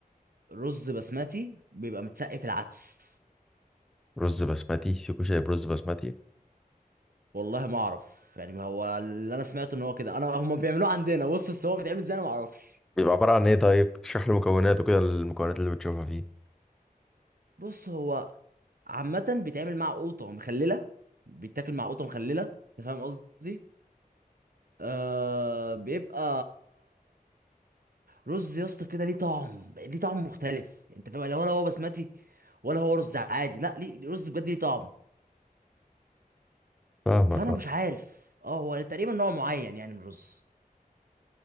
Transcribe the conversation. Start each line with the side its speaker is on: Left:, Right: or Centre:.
Right: رز بسمتي بيبقى متسقف العدس
Centre: رز بسمتي في كشري برز بسمتي
Right: والله ما اعرف يعني ما هو اللي انا سمعته ان هو كده انا هم بيعملوه عندنا بص بس هو بيتعمل ازاي انا ما اعرفش
Centre: بيبقى عبارة عن ايه طيب اشرح لي مكوناته كده المكونات اللي بتشوفها فيه
Right: بص هو عامه بيتعمل مع قوطه مخلله بيتاكل مع قوطه مخلله انت فاهم قصدي آه بيبقى رز يا اسطى كده ليه طعم ليه طعم مختلف يعني، انت فاهم يعني ولا هو بسمتي ولا هو رز عادي لا ليه رز بجد ليه طعم
Centre: فاهمك
Right: فانا
Centre: آه.
Right: مش عارف اه هو تقريبا نوع معين يعني من الرز